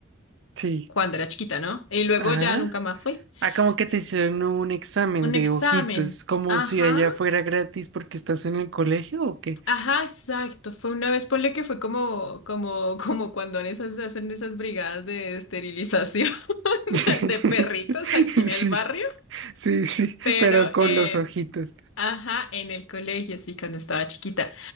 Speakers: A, on the right (about 65°); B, on the left (about 80°).
A: sí.
B: cuando era chiquita, ¿no? Y luego
A: Ajá.
B: ya nunca más fui.
A: Ah, como que te
B: Y-
A: hicieron un examen
B: Un
A: de
B: examen.
A: ojitos, como
B: Ajá.
A: si allá fuera gratis porque estás en el colegio o qué.
B: Ajá, exacto. Fue una vez, ponle que fue como, como, como cuando en esas, hacen esas brigadas de esterilización. <laughs>
A: <laughs>
B: de perritos aquí en
A: Sí,
B: el barrio,
A: sí, sí,
B: pero
A: pero con
B: eh,
A: los ojitos.
B: ajá, en el colegio, sí, cuando estaba chiquita.